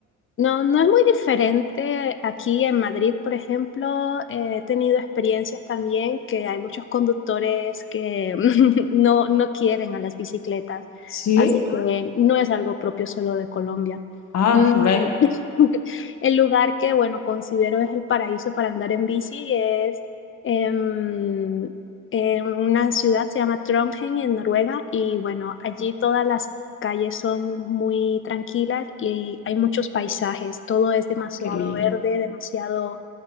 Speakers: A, on the left; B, on the left.
A: No, no es muy diferente. Aquí en Madrid, por ejemplo, eh, he tenido experiencias también que hay muchos conductores que <laughs> no, no quieren a las bicicletas,
B: Sí,
A: así que no es algo propio solo de Colombia.
B: ah,
A: Mm,
B: ve,
A: <laughs> El lugar que, bueno, considero es el paraíso para andar en bici es em, en una ciudad, se llama Trondheim, en Noruega, y bueno, allí todas las calles son muy tranquilas y hay muchos paisajes, todo es demasiado
B: qué lindo.
A: verde, demasiado